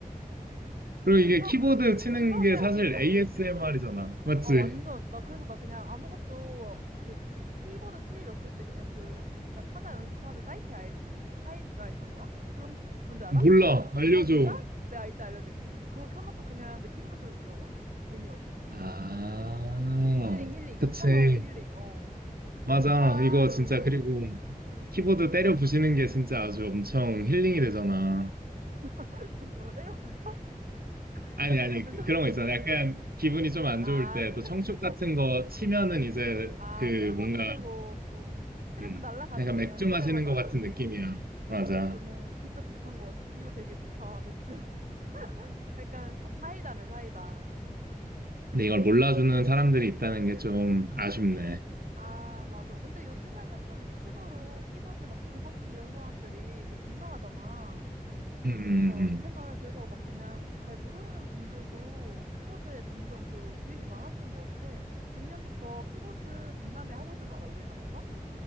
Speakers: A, on the right; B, on the right.
A: 그리고 이게
B: 불멍
A: 키보드 치는
B: 불멍이랑
A: 게 사실
B: 비교
A: ASMR이잖아. 맞지?
B: 아 완전 나 그래서 나 그냥 아무것도 그 키보드 칠 일 없을 때 그냥 그 약간 타자 연습하는 사이트 알지? 타입라이터인가? 그런 거 뭔지 알아?
A: 몰라. 알려줘.
B: 아 진짜? 내가 이따 알려줄게 그거 켜놓고 그냥 내 키보드 소리 들어봐 괜히 막 이렇게 치면서
A: 아,
B: 힐링, 힐링.
A: 그치.
B: 혼자서의 힐링. 어.
A: 맞아.
B: 좋다.
A: 이거
B: 이러면서.
A: 진짜, 그리고
B: 응
A: 키보드 때려 부시는 게 진짜 아주 엄청 힐링이 되잖아.
B: <laughs> 잠깐만, 때려 부셔 <laughs>
A: 아니, 아니,
B: 때려 부셔
A: 그- 그런 거 있잖아. 약간 기분이
B: <laughs>
A: 좀 안
B: 아,
A: 좋을 때,
B: 착착착착착.
A: 또 청축 같은 거 치면은 이제
B: 아,
A: 그
B: 최고지,
A: 뭔가,
B: 최고. 어. 스트레스
A: 음,
B: 날라가지,
A: 약간
B: 그냥,
A: 맥주
B: 칠
A: 마시는
B: 때마다.
A: 것 같은 느낌이야. 맞아.
B: 어? 오, 진짜 비슷한 것 같아. 비유 되게 좋다. 맥주. <laughs> 약간 사, 사이다네, 사이다.
A: 근데 이걸 몰라주는 사람들이 있다는 게 좀 아쉽네.
B: 아, 맞아. 근데 요즘에는 또 유튜브로 키보드 막 드버키 이런 사람들이 되게 유명하잖아.
A: 음, 음,
B: 그, 어,
A: 음. 음.
B: 채널. 그래서 막 그냥 잘 모르는 분들도 키보드에 점점 그 유입이 많아지는 것 같아. 작년부터 키보드 박람회 하고 있는 거 알아, 우리나라에서?